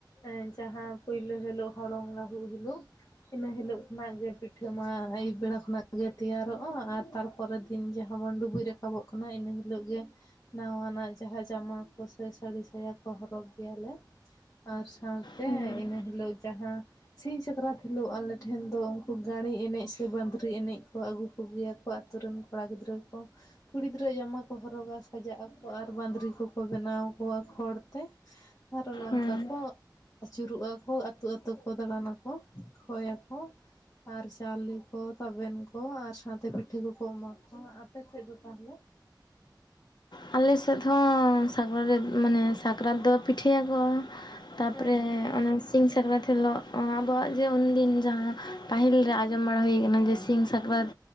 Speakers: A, on the left; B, on the left.
A: ᱮᱸ ᱡᱟᱦᱟᱸ ᱯᱟᱹᱭᱞᱟᱹ ᱦᱤᱞᱚᱜ ᱦᱚᱞᱚᱝ ᱞᱟᱹᱦᱩᱜ ᱦᱤᱞᱚᱜ᱾ ᱤᱱᱟᱹ ᱦᱤᱞᱚᱜ ᱠᱷᱚᱱᱟᱜ ᱜᱮ ᱯᱤᱴᱷᱟᱹ ᱢᱟ ᱟᱹᱭᱩᱵ ᱵᱮᱲᱟ ᱠᱷᱚᱱᱟᱜ ᱜᱮ ᱛᱮᱭᱟᱨᱚᱜᱼᱟ ᱟᱨ ᱛᱟᱨ ᱯᱚᱨᱮ ᱫᱤᱱ ᱡᱟᱦᱟᱸ ᱵᱚᱱ ᱰᱩᱵᱩᱡ ᱨᱟᱠᱟᱵᱚᱜ ᱠᱟᱱᱟ ᱤᱱᱟᱹ ᱦᱤᱞᱚᱜ ᱜᱮ ᱱᱟᱶᱟᱱᱟᱜ ᱡᱟᱦᱟᱸ ᱡᱟᱢᱟ ᱯ ᱥᱮ ᱥᱟᱹᱲᱤ ᱥᱟᱭᱟ ᱠᱚ ᱦᱚᱨᱚᱜᱽ ᱜᱮᱭᱟᱞᱮ ᱟᱨ ᱥᱟᱶᱛᱮ
B: ᱦᱮᱸ
A: ᱤᱱᱟᱹ ᱦᱤᱞᱚᱜ ᱡᱟᱦᱟᱸ᱾ ᱥᱤᱧ ᱥᱟᱠᱨᱟᱛ ᱦᱤᱞᱚᱜ ᱟᱞᱮ ᱴᱷᱮᱱ ᱫᱚ ᱩᱝᱠᱩ ᱜᱟᱺᱬᱤ ᱮᱱᱮᱡ ᱥᱮ ᱵᱟᱸᱫᱽᱨᱤ ᱮᱱᱮᱡ ᱠᱚ ᱟᱹᱜᱩ ᱠᱚᱜᱮᱭᱟ ᱠᱚ ᱟᱛᱩ ᱨᱮᱱ ᱠᱚᱲᱟ ᱜᱤᱫᱽᱨᱟᱹ ᱠᱚ, ᱠᱩᱲᱤ ᱜᱤᱫᱽᱨᱟᱹᱣᱟᱜ ᱡᱟᱢᱟ ᱠᱚ ᱦᱚᱨᱚᱜᱟ ᱥᱟᱡᱟᱜ ᱟᱠᱚ ᱟᱨ ᱵᱟᱸᱫᱽᱨᱤ ᱠᱚ ᱠᱚ ᱵᱮᱱᱟᱣ ᱠᱚᱣᱟ ᱠᱷᱚᱲ ᱛᱮ ᱟᱨ ᱚᱱᱟ ᱱᱚᱝᱠᱟ
B: ᱦᱮᱸ
A: ᱠᱚ ᱟᱹᱪᱩᱨᱚᱜᱼᱟᱠᱚ ᱟᱹᱛᱩ ᱟᱹᱛᱩ ᱠᱚ ᱫᱟᱬᱟᱱᱟᱠᱚ ᱠᱷᱚᱭ ᱭᱟᱠᱚ᱾ ᱟᱨ ᱪᱟᱣᱞᱮ ᱠᱚ ᱛᱟᱵᱮᱱ ᱠᱚ ᱟᱨ ᱥᱟᱶᱛᱮ ᱯᱤᱴᱷᱟᱹ ᱠᱚᱠᱚ ᱮᱢᱟ ᱠᱚᱣᱟ, ᱟᱯᱮ ᱥᱮᱫ ᱫᱚ ᱛᱟᱦᱚᱞᱮ?
B: ᱟᱞᱮ ᱥᱮᱫ ᱦᱚᱸ ᱥᱟᱠᱨᱟᱛ ᱨᱮ ᱢᱟᱱᱮ ᱥᱟᱠᱨᱟᱛ ᱫᱚ ᱯᱤᱴᱷᱟᱹᱭᱟᱠᱚ᱾ ᱛᱟᱯᱚᱨᱮ
A: ᱦᱮᱸ
B: ᱟᱹᱱᱟᱹᱥ ᱥᱤᱧ ᱥᱟᱠᱨᱟᱛ ᱦᱤᱞᱚᱜ ᱟᱸ ᱟᱵᱚᱣᱟᱜ ᱡᱮ ᱩᱱᱫᱤᱱ ᱡᱟᱦᱟᱸ ᱯᱟᱹᱦᱤᱞ ᱨᱮ ᱟᱸᱡᱚᱢ ᱵᱟᱲᱟ ᱦᱩᱭ ᱟᱠᱟᱱᱟ ᱡᱮ ᱥᱤᱧ ᱥᱟᱠᱨᱟᱛ